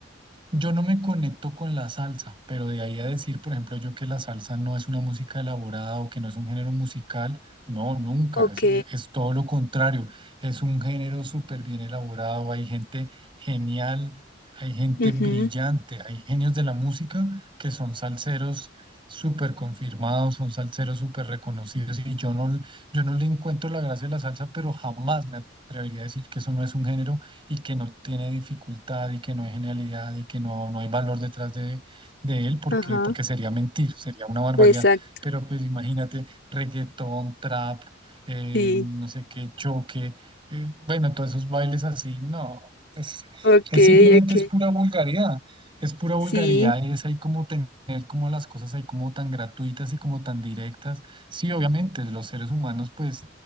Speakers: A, on the right; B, on the left.
A: yo no me conecto con la salsa, pero de ahí a decir, por ejemplo, yo que la salsa no es una música elaborada o que no es un género musical, no, nunca,
B: ok,
A: es, eh, es todo lo contrario, es un género súper bien elaborado, hay gente genial, hay gente
B: ujú,
A: brillante, hay genios de la música que son salseros súper confirmados, son salseros súper reconocidos y yo no, yo no le encuentro la gracia a la salsa, pero jamás me atrevería a decir que eso no es un género y que no tiene dificultad y que no hay genialidad y que no, no hay valor detrás de, de él, porque,
B: ajá,
A: porque sería mentir, sería una barbaridad.
B: exacto,
A: Pero pues imagínate, reggaetón, trap, eh,
B: sí,
A: no sé qué, choque, eh, bueno, todos esos bailes así, no, es,
B: ok,
A: es simplemente
B: ok,
A: es pura vulgaridad. Es pura vulgaridad
B: sí,
A: y es ahí como tener como las cosas ahí como tan gratuitas y como tan directas. Sí, obviamente, los seres humanos pues